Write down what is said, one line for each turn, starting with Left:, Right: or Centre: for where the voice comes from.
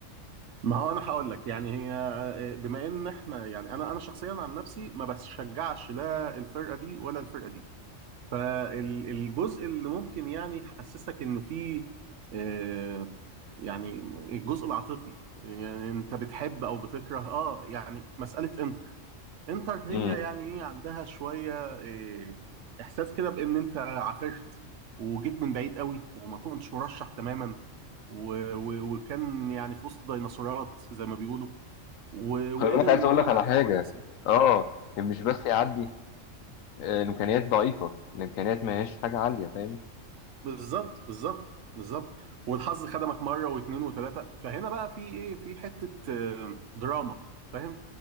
Right: ما هو انا هقول لك يعني هي آه، بما ان احنا يعني انا انا شخصيا عن نفسي ما بشجعش لا الفرقه دي ولا الفرقه دي فالجزء اللي ممكن يعني يحسسك ان في آه، يعني الجزء العاطفي يعني انت بتحب او بتكره اه يعني مساله انتر انتر هي
Left: امم
Right: يعني ايه عندها شويه إيه احساس كده بان انت عافرت وجيت من بعيد قوي وما كنتش مرشح تماما و و وكان يعني في وسط ديناصورات زي ما بيقولوا و
Left: خلي
Right: وقدر
Left: بالك
Right: ان
Left: عايز اقول
Right: هو
Left: لك
Right: يعدي
Left: على حاجه
Right: يكسب
Left: اه إن مش بس يعدي آه، الامكانيات ضعيفه الامكانيات ما هياش حاجه عاليه فاهم
Right: بالظبط بالظبط بالظبط والحظ خدمك مره واثنين وثلاثه فهنا بقى في ايه في حته آه، دراما فاهم